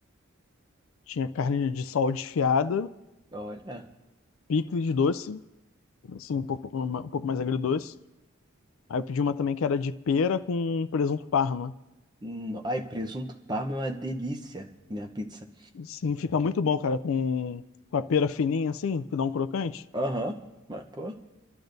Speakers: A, on the left; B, on the right.
A: tinha carne de sol desfiada,
B: olha.
A: picles de doce, assim, um pouco, uma- um pouco mais agridoce. Aí eu pedi uma também que era de pera com presunto parma.
B: No- Ai, presunto parma é uma delícia, minha pizza.
A: Sim, fica muito bom, cara, com, com a pera fininha, assim, que dá um crocante.
B: Aham. Mas, pô. Eu-